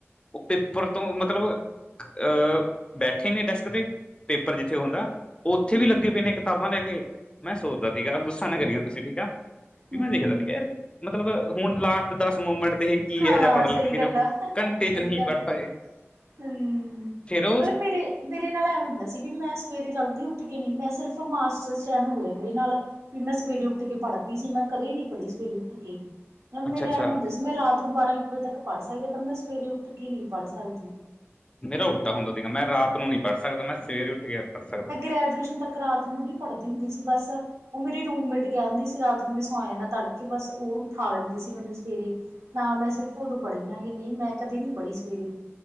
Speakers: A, on the left; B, on the right.
A: ਉਹ ਪੇਪਰ ਤੋਂ ਮਤਲਬ ਅ ਬੈਠੇ ਨੇ ਡੈਸਕ ਤੇ ਪੇਪਰ ਜਿੱਥੇ ਹੁੰਦਾ ਉੱਥੇ
B: ਹਮ
A: ਵੀ ਲੱਗੇ
B: ਹਮ
A: ਪਏ ਨੇ ਇੱਕ ਕਿਤਾਬਾਂ ਲੈ ਕੇ ਮੈਂ ਸੋਚਦਾ ਠੀਕ ਆ ਗੁੱਸਾ ਨਾ ਕਰੀੀਆਂ ਤੁਸੀਂ ਠੀਕ ਆ ਵੀ
B: ਹਮ
A: ਮੈਂ ਦੇਖਦਾ ਯਾਰ ਮਤਲਬ ਹੁਣ ਲਾਸਟ ਦਸ ਮੂਮੈਂਟ ਤੇ ਹੀ ਕੀ
B: ਹਾਂ
A: ਇਹੋ ਜਿਹਾ ਪੜ੍ਹ
B: ਸਹੀ
A: ਲੈਣਗੇ
B: ਗੱਲ
A: ਜੋ
B: ਆ
A: ਘੰਟੇ
B: ਸਹੀ
A: ਚ ਨਹੀਂ
B: ਗੱਲ
A: ਪੜ੍ਹ
B: ਆ
A: ਪਾਏ
B: ਹਮ
A: ਫੇਰ ਉਹ
B: ਮਤਲਬ ਮੇਰੇ ਮੇਰੇ ਨਾਲ ਐਵੇਂ ਹੁੰਦਾ ਸੀ ਵੀ ਮੈਂ ਸਵੇਰੇ ਜਲਦੀ ਉੱਠ ਕੇ ਨੀ ਮੈਂ ਸਿਰਫ ਮਾਸਟਰ ਚ ਐਵੇਂ ਹੋਇਆ ਮੇਰੇ ਨਾਲ ਵੀ ਮੈਂ ਸਵੇਰੇ ਉੱਠ ਕੇ ਪੜ੍ਹਦੀ ਸੀ ਮੈਂ ਕਦੇ ਨੀ ਪੜ੍ਹੀ ਸਵੇਰੇ ਉੱਠ ਕੇ ਮਤਲਬ
A: ਅੱਛਾ
B: ਮੇਰੇ
A: ਅੱਛਾ
B: ਐਮ ਹੁੰਦਾ ਸੀ ਮੈਂ ਰਾਤ ਨੂੰ ਬਾਰਾਂ ਇੱਕ ਵਜੇ ਤੱਕ ਪੜ੍ਹ ਸਕਦੀ ਪਰ ਮੈਂ ਸਵੇਰੇ ਉੱਠ ਕੇ ਨਹੀਂ ਪੜ੍ਹ ਸਕਦੀ।
A: ਮੇਰਾ ਉਲਟਾ ਹੁੰਦਾ ਠੀ ਮੈਂ ਰਾਤ ਨੂੰ ਨਹੀਂੀ ਪੜ੍ਹ ਸਕਦਾ ਮੈਂ ਸਵੇਰੇ ਉੱਠ ਕੇ ਪੜ੍ਹ ਸਕਦਾ
B: ੂਏਸ਼ਨੱਕ ਰਾਤ ਨੂੰ ਹੀ ਪੜ੍ਹਦੀ ਹੁੰਦੀ ਸੀ ਬਸ ਉਹ ਮੇਰੀ ਰੂਮੇਟ ਕਹਿੰਦੀ ਸੀ ਰਾਤ ਨੂੰ ਵੀ ਸੋਏ ਨਾਲ ਤੜਕੇ ਬਸ ਉਹ ਉਠਾ ਦਿੰਦੀ ਸੀ ਮੈਨੂੰ ਸਵੇਰੇ ਨਾ ਮੈਂ ਸਿਰਫ਼ ਉਦੋਂ ਪੜ੍ਹੀਆਂ ਗ ਨਹੀਂ ਮੈਂ ਕਦੇ ਨਹੀਂ ਪੜ੍ਹੀ ਸਵੇਰੇ